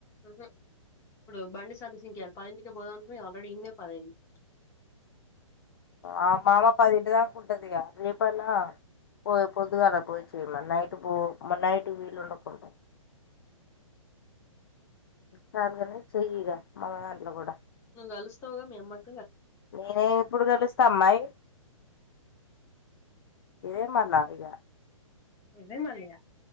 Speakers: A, on the left; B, on the left.
A: ఊ హమ్ ఇప్పుడు బండి సర్వి సింగ్ కి పదింటికి పోదా అనుకుని ఆల్రెడీ ఇడనే పదైంది
B: అ మామ్మ పదింటిదాక ఉంటదిగా రే పైన పోయి పొదుగాల పోయి చెయమను నైట్ పో నైట్ వీలు ఉండ కుండ చాలుగానే చెయ్యి ఇగ మన దాంట్లో కూడా
A: నువ్వు కలుస్తువ్వు గా మీ అమ్మ ని
B: నేనేమి ఎప్పుడు కలుస్తా అమ్మాయి ఇదే మర్నాడు ఇగా
A: విేమాలయ <unintelligible>